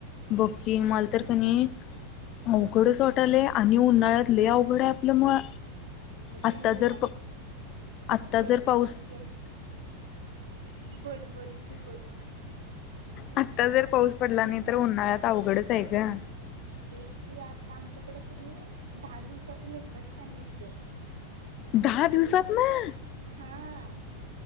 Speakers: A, on the left (about 35°); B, on the right (about 65°).
A: बक्की मला तर कनी अवघडच
B: हम्म
A: वाटालय आणि उन्हाळ्यात लयीत अवघड हाय आपलं म.
B: बघ
A: आता
B: की लोकांनी
A: जर आता
B: पेरण्या
A: जर पाऊस,
B: वगैरे बोल बोल तू बोल.
A: आता जर पाऊस पडला नाही तर उन्हाळ्यात अवघडच आहे गं.
B: तेच की आता आमच्याकडं कणी दहा दिवसातून एकदाच पाणी येत.
A: दहा दिवसातनं.
B: हा